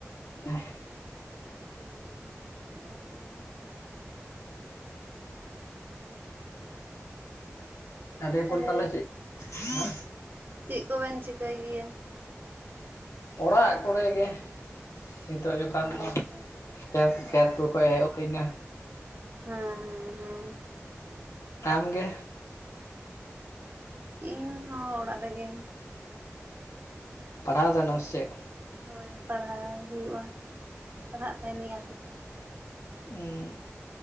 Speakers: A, on the left; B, on the right.
A: <unintelligible>
B: <unintelligible>
A: <inaudible>
B: ᱛᱟᱦᱚᱞᱮ ᱪᱮᱫ ᱠᱚᱵᱮᱱ ᱪᱤᱠᱟᱹᱭ ᱜᱮᱭᱟ?
A: ᱚᱲᱟᱜ ᱠᱚᱨᱮ ᱜᱮ ᱾ ᱱᱤᱛᱚᱜ ᱡᱚᱠᱷᱚᱱ
B: ᱟᱪᱪᱷᱟ
A: ᱫᱚ
B: ᱟᱪᱪᱷᱟ
A: ᱠᱷᱮᱛ
B: ᱦᱳᱭ
A: ᱠᱷᱮᱛ ᱠᱚᱠᱚ ᱦᱮᱡ ᱦᱩᱭ ᱮᱱᱟ ᱾
B: ᱦᱮᱸ ᱦᱮᱸ ᱦᱮᱸ ᱾
A: ᱟᱢ ᱜᱮ
B: ᱤᱧᱦᱚᱸ ᱚᱲᱟᱜ ᱨᱮᱜᱮ ᱾
A: ᱯᱟᱦᱟᱲᱟᱣ <unintelligible> ᱥᱮ ᱪᱮᱫ?
B: ᱦᱳᱭ ᱯᱟᱲᱦᱟᱣ ᱦᱩᱭᱩᱜᱼᱟ ᱯᱟᱲᱦᱟᱜ ᱛᱟᱦᱮᱱᱤᱧ ᱟᱨᱠᱤ ᱾
A: ᱩᱸ